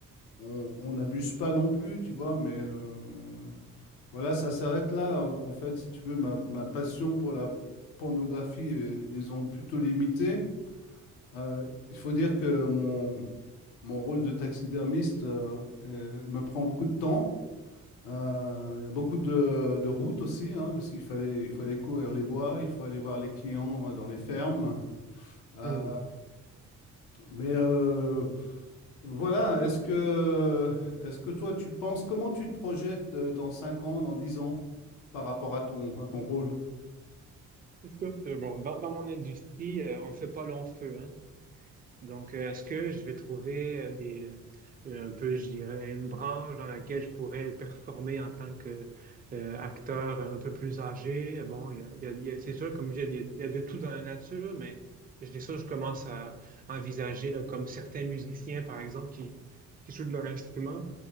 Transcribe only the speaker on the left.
On on n'abuse pas non plus, tu vois, mais euh, voilà, ça s'arrête là. euh, En fait, si tu veux, ma, ma passion pour la pornographie est, disons, plutôt limitée. Euh, il faut dire que mon, mon rôle de taxidermiste euh, euh, me prend beaucoup de temps. Euh, il y a beaucoup de, de routes aussi, hein, parce qu'il fallait, il faut aller courir les bois, il faut aller voir les clients euh, dans les fermes. Euh,
mais euh, voilà, est-ce que, est-ce que toi, tu penses, comment tu te projettes euh, dans 5 ans, dans 10 ans, par rapport à ton, à ton rôle?